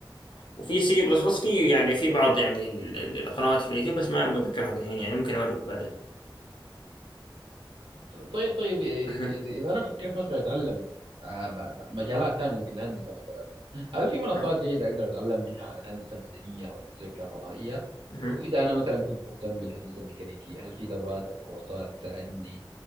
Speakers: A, on the left; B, on the right.
A: وفي سي بلس بلس في يعني في بعض يعني ال- ال- القنوات في اليوتيوب بس ما متذكرها الحين يعني ممكن أوريك بعدين
B: طيب طيب اذا
A: أها.
B: اذا إذا انا فكرت مثلا اتعلم آه، ب- ب- مجالات ثانيه في الهندسه مثلا هل في منصات
A: أها.
B: جيده اقدر اتعلم منها عن الهندسه المدنيه او الهندسه الكهربائيه
A: أها.
B: واذا انا مثلا كنت مهتم بالهندسه الميكانيكيه هل في دورات او كورسات تساعدني